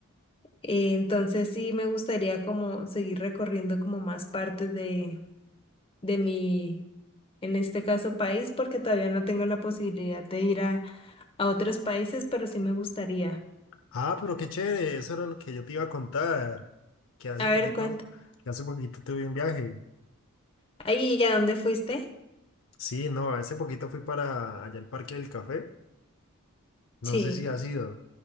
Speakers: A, on the left; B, on the left.
A: Eh, entonces sí me gustaría como seguir recorriendo como más partes de mi, en este caso, país, porque todavía no tengo la posibilidad de ir a, a otros países, pero sí me gustaría.
B: Ah, pero qué chévere, eso era lo que yo te iba a contar. Que hace
A: A
B: poquito,
A: ver, cuánto.
B: que hace poquito tuve un viaje.
A: Ahí, ¿y a dónde fuiste?
B: Sí, no, hace poquito fui para allá al Parque del Café.
A: Sí.
B: No sé si has ido.